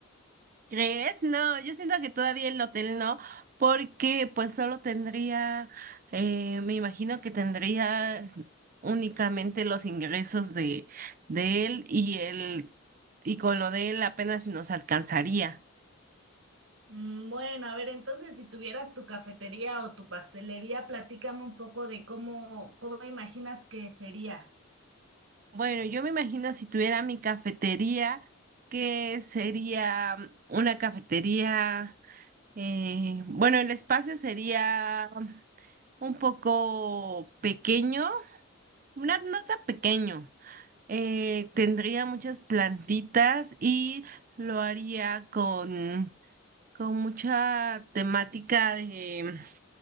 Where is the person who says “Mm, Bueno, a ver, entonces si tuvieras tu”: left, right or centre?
Right